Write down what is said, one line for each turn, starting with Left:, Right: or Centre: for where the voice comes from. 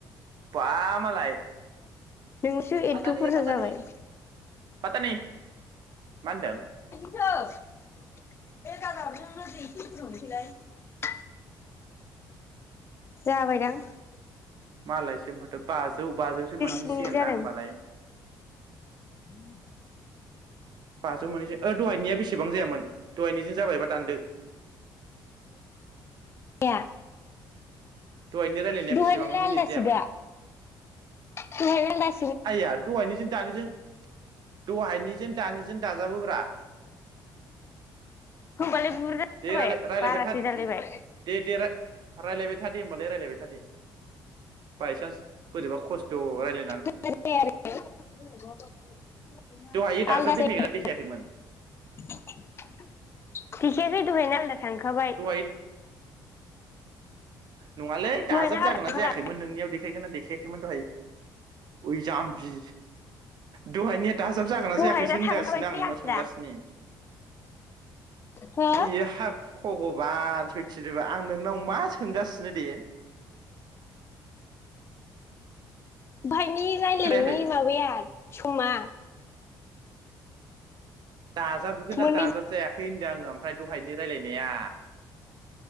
Right: बा मालाय
Left: नोंसो एथ'
Right: पातानि
Left: बुरजा
Right: पातानि
Left: जाबाय।
Right: पातानि मा होनदों?
Left: <unintelligible> जाबाय दां
Right: मालायसिम फाथोब बाजौ बाजौसो मोनहैसिगोन
Left: स्नि जादों
Right: ना होमबालाय
Left: <inaudible>
Right: बाजौ मोनिसे ओ दहायनिया बेसेबां जायामोन दहायनिजों जाबायबा दानदो।
Left: माइया
Right: दहायनि रायलायनाया
Left: दहायनिलाय
Right: बेसेबां मिनिट
Left: आलदासो
Right: जायामोन
Left: दा <unintelligible>
Right: आइया दहायनिजों दानिजों दहायनिजों दानिजों दाजाबोब्रा
Left: होमबालाय बुरजा
Right: दे
Left: जाबाय
Right: रायलाय रायलायबाय
Left: बारासो
Right: था दे
Left: जालायबाय
Right: दे दे राय- रायलायबाय था दे होबालाय रायलायबाय था दे बायसानस बोरैबा खस्थ रायलाय
Left: <unintelligible> दहायना
Right: दहायो दाजाब
Left: आलदा
Right: देखायगोना देखायाखैमोन
Left: थांखाबाय
Right: दहाय नङालै दाजाब
Left: दहायनो आलदा
Right: जागोन
Left: थांखाबाय
Right: ना जायाखैमोन नोंनियाव देखायगोन ना देखायाखैमोन दहाय। ओइ जामबि दहायनिया दाजाब जागोन ना
Left: दहायना
Right: जायाखैसो होनगासिनो
Left: थांखाबाय
Right: आं नोंनाव
Left: आलदा
Right: सोंगासिनो
Left: हो
Right: बेयो हाब <unintelligible> बा सयथिनोबो आं नोंनाव मा सोंगासि <unintelligible>
Left: फायनि रायजायनायनि
Right: खोनायाखै
Left: माबाया समा?
Right: दाजाबगोना
Left: मोननै
Right: दाजाब जायाखै होन्दों आङो ओमफ्राय दहायनि रायलायनाया।